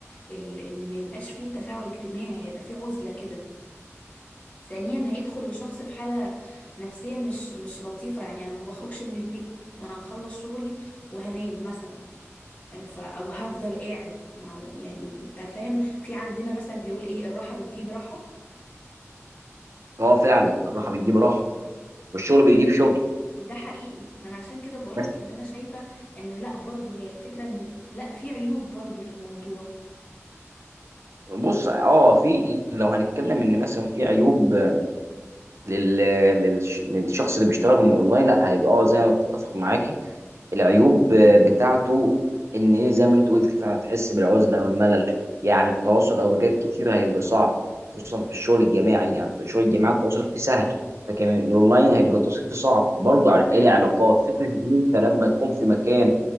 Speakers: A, on the left (about 25°); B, on the right (about 65°).
A: ال ان ما يبقاش فيه تفاعل اجتماعي هيبقى فيه عزلة كده ثانيا هيدخل الشخص في حالة نفسية مش مش لطيفة يعني انا ما بخرجش من البيت ما انا هخلص شغلي وهنام مثلا ف او هفضل قاعد ما هو يعني انت فاهم في عندنا مثل بيقول ايه الراحة بتجيب راحة
B: اه فعلا الراحه بتجيب راحه والشغل بيجيب شغل
A: ده حقيقي ما انا عشان كده بقولك
B: بس
A: ان انا شايفة ان لا برضه هي الفكرة ان لا في عيوب برضه للموضوع
B: بص اه في لو هنتكلم ان مثلا في عيوب آه، لل... للش... للشخص اللي بيشتغل من اونلاين لا هيبقى اه زي ما اتفق معاكي العيوب آه، بتاعته ان ايه زي ما انت قلت فعلا تحس بالعزله والملل يعني التواصل اوقات كتير هيبقى صعب خصوصا في الشغل الجماعي يعني في الشغل الجماعي التواصل فيه سهل لكن الاونلاين هيبقى التواصل فيه صعب برضه على
A: ده
B: إيه
A: حقيقي
B: العلاقات فكره ان انت لما تكون في مكان